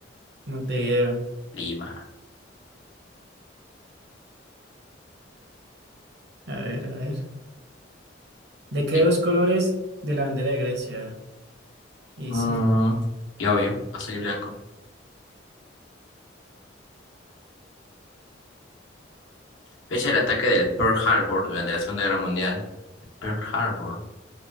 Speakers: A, on the right; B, on the left.
A: Montevideo.
B: Lima.
A: A ver, a ver. ¿De qué
B: Tic.
A: dos colores de la bandera de Grecia? Y
B: Mm,
A: sí,
B: y obvio, azul y blanco. Fecha del ataque del Pearl Harbor durante la Segunda Guerra Mundial. Pearl Harbor.